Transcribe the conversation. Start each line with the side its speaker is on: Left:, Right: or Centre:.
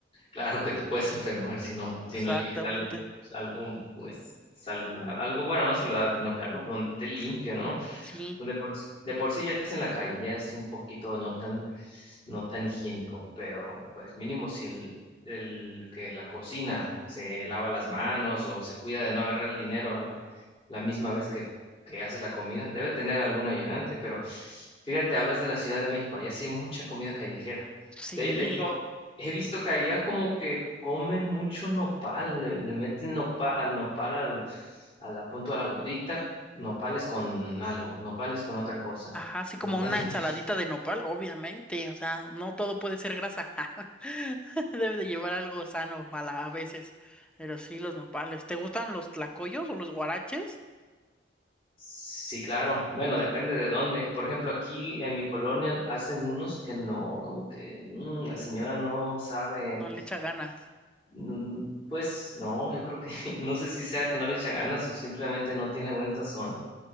Left: Claro que te puedes
Centre: Ujú,
Left: enfermar si no,
Centre: Exactamente,
Left: si no eliges algo, algo pues saludable, algo bueno, no saludable, sino que algo donde esté limpio, ¿no?
Centre: sí,
Left: Pues, De por, de por sí ya es en la calle, ya es un poquito no tan, no tan higiénico, pero pues mínimo si el, el que la cocina se lava las manos o se cuida de no agarrar el dinero a la, la misma vez que, que hace la comida, debe tener algún ayudante, pero fíjate, hablas de la Ciudad de México, allá sí hay mucha comida callejera.
Centre: sí.
Left: De, de hecho, He visto que allá como que comen mucho nopal, le, le meten nopal, nopal al, a la punto a la gordita, nopales con algo, nopales con otra cosa.
Centre: Ajá, así
Left: Nopales.
Centre: como una
Left: <laughs>
Centre: ensaladita de nopal, obviamente, o sea, no todo puede ser grasa. <laughs> Debe de llevar algo sano a la, a veces, pero sí los nopales. ¿Te gustan los tlacoyos o los guaraches?
Left: Sí, claro. Bueno, depende de dónde. Por ejemplo, aquí en mi colonia hacen unos que no, como que mm, la señora no sabe.
Centre: No le echa ganas.
Left: mm, Pues no, yo creo que <laughs> no sé si sea que no le echa ganas o simplemente no tiene buen sazón.